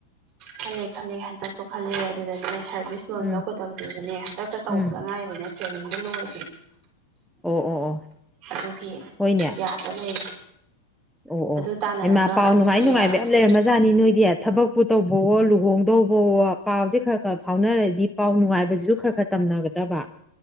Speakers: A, on the right; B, in the centre.
A: ꯈꯜꯂꯦ ꯈꯜꯂꯦ ꯍꯟꯗꯛꯁꯨ ꯈꯂꯦ ꯑꯗꯨꯗꯗꯤ ꯁꯥꯔꯚꯤꯁ ꯂꯣꯟ
B: ꯎꯝ
A: ꯂꯧꯒꯗꯕꯗꯨ ꯑꯗꯨꯅꯦ ꯍꯟꯗꯛꯇ ꯇꯧꯕꯗ
B: ꯎꯝ
A: ꯉꯥꯏꯔꯤꯕꯅꯦ ꯇ꯭ꯔꯦꯅꯤꯡꯗꯣ ꯂꯣꯏ
B: ꯑꯣ ꯑꯣ ꯑꯣ
A: ꯑꯗꯨꯒꯤ
B: ꯍꯣꯏꯅꯦ
A: ꯌꯥꯗ ꯂꯩꯔꯤ
B: ꯑꯣ ꯑꯣ
A: ꯑꯗꯨ ꯇꯥꯟꯅꯔꯒ
B: ꯑꯩꯃꯥ ꯄꯥꯎ
A: ꯑꯗꯨ
B: ꯅꯨꯡꯉꯥꯏ ꯅꯨꯡꯉꯥꯏꯕ
A: ꯌꯥꯔꯗꯤ
B: ꯌꯥꯝ ꯂꯩꯔꯝꯃ ꯑꯣꯖꯥꯅꯤ ꯅꯣꯏꯗꯤ ꯊꯕꯛꯄꯨ ꯇꯧꯕꯋꯣ ꯂꯨꯍꯣꯡꯗꯧꯕꯋꯣ ꯄꯥꯎꯁꯦ ꯈꯔ ꯈꯔ ꯐꯥꯎꯅꯔꯗꯤ ꯄꯥꯎ ꯅꯨꯡꯉꯥꯏꯕꯁꯤꯁꯨ ꯈꯔ ꯈꯔ ꯇꯝꯅꯒꯗꯕ